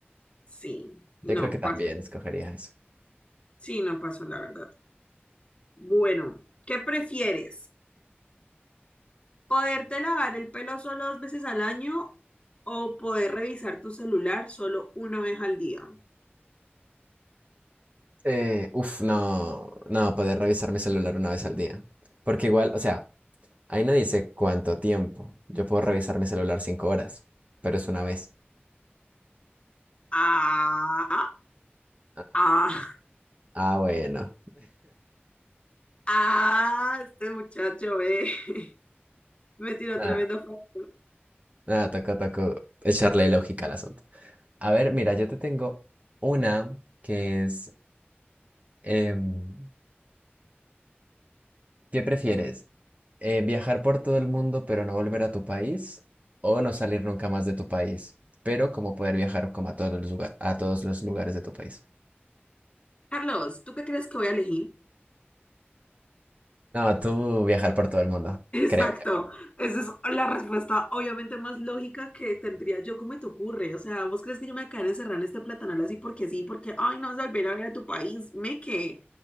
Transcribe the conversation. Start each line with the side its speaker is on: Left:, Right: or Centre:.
Left: sí,
Right: Yo
Left: no,
Right: creo que también
Left: paso.
Right: escogería eso.
Left: Sí, no pasó, la verdad. Bueno, ¿qué prefieres? ¿Poderte lavar el pelo solo dos veces al año o poder revisar tu celular solo una vez al día?
Right: Eh, uf, no, no, poder revisar mi celular una vez al día. Porque igual, o sea, ahí no dice cuánto tiempo. Yo puedo revisar mi celular cinco horas, pero es una vez.
Left: Ah,
Right: Ah,
Left: ah,
Right: ah, bueno.
Left: ah, este muchacho, eh. <laughs> Me tiró
Right: Nada,
Left: tremendo foto.
Right: nada, toca, toca echarle lógica al asunto. A ver, mira, yo te tengo una que es, em, ¿qué prefieres? eh, viajar por todo el mundo pero no volver a tu país o no salir nunca más de tu país, pero como poder viajar como a todos los lugares, a todos los lugares de tu país.
Left: Carlos, ¿tú qué crees que voy a elegir?
Right: No, tú viajar por todo el mundo,
Left: Exacto,
Right: creo yo.
Left: esa es la respuesta obviamente más lógica que tendría yo, ¿cómo te ocurre? O sea, ¿vos crees que yo me voy a quedar encerrada en este platanal así porque sí, porque, ay, no vas a volver a ver a tu país, me que,